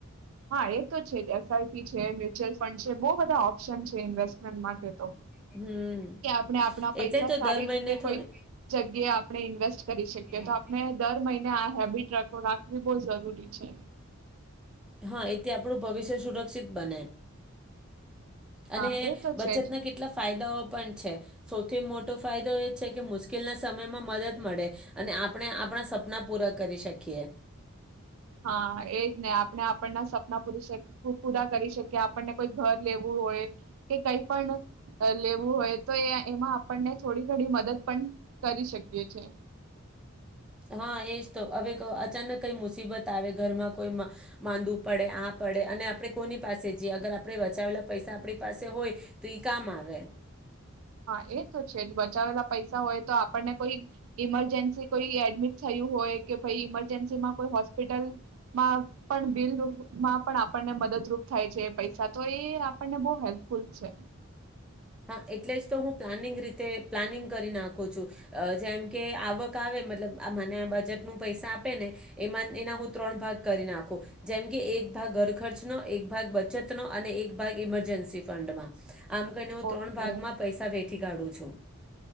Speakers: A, on the right; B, in the centre.
A: હા એ તો છે જ એસ આઈ પી છે, મ્યુચ્યુઅલ ફંડ છે. બો બધા ઓપ્શન છે ઇન્વેસ્ટમેન્ટ માટે તો.
B: હમ
A: કે આપણે આપણા પૈસા
B: એટલે તો
A: સારી
B: દર મહિને
A: રીતે
B: થોડી
A: કોઈ જગ્યાએ આપણે ઇન્વેસ્ટ કરી શકીએ
B: હમ
A: તો આપણે દર મહિને આ હેબિટ રાખો રાખ બો જરૂરી છે.
B: હા એથી આપણું ભવિષ્ય સુરક્ષિત બને. અને
A: હા એ તો
B: બચતના
A: છે જ
B: કેટલા ફાયદાઓ પણ છે. સો સૌથી મોટો ફાયદો એ છે કે મુશ્કેલના સમયમાં મદદ મળે અને આપણે આપણા સપના પૂરા કરી શકીએ.
A: હાં એજ ને, આપણે આપણના સપના પૂરી પૂરા કરી શકીએ આપણને કોઈ ઘર લેવું હોય કે કઈ પણ લેવું હોય તો એ એમાં આપ આપણને થોડી ઘડી મદદ પણ કરી શકીએ છે.
B: હાં એજ તો અવે અચાનક કંઈ મુસીબત આવે ઘરમાં, કોઈ માંદું પડે, આ પડે અને આપણે કોની પાસે જીએ અગર આપણે બચાવેલા પૈસા આપણી પાસે હોય તો ઈ કામ આવે.
A: હા, એ તો છે જ, બચાવેલા પૈસા હોય તો આપણને કોઈ ઇમરજન્સી કોઈ એડ ડમિટ થયું હોય કે ભઈ ઈમરજન્સીમાં કોઈ હોસ્પિટલમાં પણ બિલ રૂમાં પણ આપણને મદદરૂપ થાય છે પૈસા, તો એ આપણને બઉ હેલ્પફુલ છે.
B: હા એટલે જ તો હું પ્લાનિંગ રીતે પ્લાનિંગ કરી નાખું છું, જેમ કે આવક આવે મતલબ મને આ બજેટનું પૈસા આપે ને એમાં એના હું ત્રણ ભાગ કરી નાખું જેમ કે એક ભાગ ઘર ખર્ચનો એક ભાગ બચતનો અને એક ભાગ ઈમરજન્સી ફંડમાં, આમ કરીને હું
A: ઓ
B: ત્રણ
A: કે
B: ભાગમાં પૈસા વેઠી કાઢું છું હા.